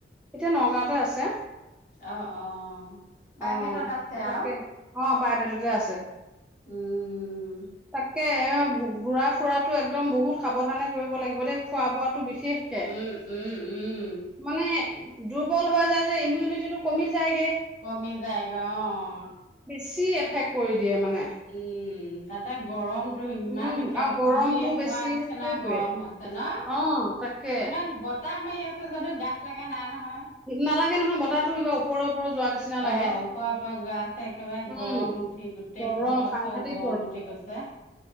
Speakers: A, in the centre; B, on the left.
A: এতিয়া নগাঁওতে আছে।
B: অ', অ'। প্ৰাইভেটত
A: অ',
B: আছে
A: তাকে
B: আৰু
A: অ' প্ৰাইভেটতে আছে,
B: উম,
A: তাকে এই ঘু-ঘুৰা ফুৰাটো একদম বহুত সাৱধানে কৰিব লাগিব দেই, খোৱা বোৱাটো বে বিশেষকে
B: উম, উম, উম,
A: মানে ডো দুৰ্বল হৈ যায় যে ইমিউনিটিটো কমি যায়গে।
B: কমি যায়গৈ অ',
A: চি এফেক্ট কৰি দিয়ে মানে।
B: উম, তাতে গৰম টো ইমান
A: উম
B: একে
A: আৰু গৰমটো
B: জুইয়ে
A: বেছি
B: পুৰা নিচিনা
A: সেইটোৱে
B: গৰম হৈছে ন'।
A: অ তাকে
B: ইমান বতাহ মাৰি আছে যদিও গাত লাগা নাই নহয়।
A: নালাগে বতাহটো কিবা ওপৰে ওপৰে যোৱা নিচিনা লাগে
B: অ ওপৰৰ পৰা গা-ছা একেবাৰে
A: উম
B: গৰম উঠি গোটেই
A: গৰম
B: ঘৰ-চৰ
A: সাংঘাতিক
B: গৰম উঠি গৈছে।